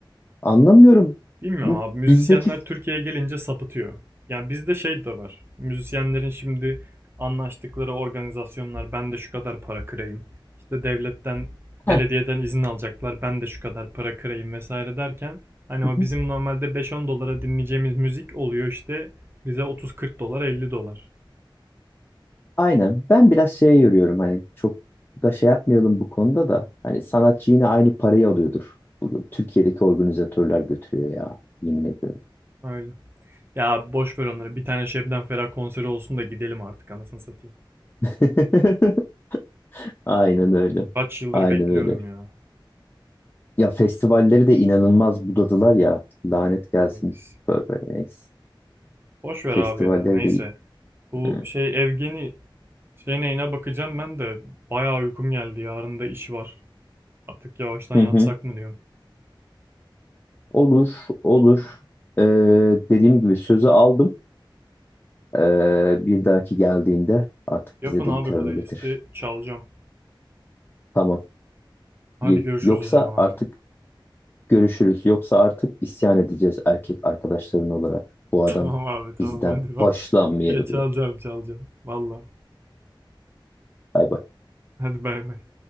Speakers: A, on the left; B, on the right.
A: Anlamıyorum.
B: Bilmiyorum
A: Bu
B: abi müzisyenler
A: Bizdeki
B: Türkiye'ye gelince sapıtıyor. Yani bizde şey de var. Müzisyenlerin şimdi anlaştıkları organizasyonlar ben de şu kadar para kırayım. İşte devletten,
A: Heh,
B: belediyeden izin alacaklar ben de şu kadar para kırayım vesaire derken hani
A: <laughs>
B: o bizim normalde 5-10 dolara dinleyeceğimiz müzik oluyor işte bize 30-40 dolar 50 dolar.
A: aynen. Ben biraz şeye yoruyorum hani çok da şey yapmayalım bu konuda da. Hani sanatçı yine aynı parayı alıyordur. Bunu Türkiye'deki organizatörler götürüyor ya. Yemin ediyorum.
B: Öyle. Ya boş ver onları. Bir tane Şebnem Ferah konseri olsun da gidelim artık anasını satayım.
A: <laughs> Aynen öyle.
B: Kaç yıldır
A: Aynen
B: bekliyorum
A: öyle.
B: ya.
A: Ya festivalleri de inanılmaz budadılar ya. Lanet gelsin.
B: Evet.
A: böyle neyse.
B: Boş ver
A: Festivalleri
B: abi ya. Neyse.
A: de...
B: Bu
A: Hı,
B: şey Evgeni şey neyine bakacağım ben de bayağı uykum geldi. Yarın da iş var. Artık yavaştan
A: hı,
B: yatsak
A: hı.
B: mı diyorum.
A: Olur, olur. Ee, dediğim gibi sözü aldım. Ee, bir dahaki geldiğinde artık
B: Yapın
A: bize de
B: abi
A: gitarını
B: playlisti
A: getir.
B: çalacağım.
A: Tamam.
B: Hadi
A: İyi.
B: görüşürüz
A: Yoksa
B: o zaman
A: artık
B: abi.
A: görüşürüz. Yoksa artık isyan edeceğiz erkek arkadaşların olarak.
B: <laughs>
A: Bu adam
B: Tamam abi tamam
A: bizden
B: hadi bak.
A: hoşlanmıyor
B: <laughs> Geç çalacağım
A: diye.
B: çalacağım. Valla.
A: Bay bay.
B: Hadi bay bay.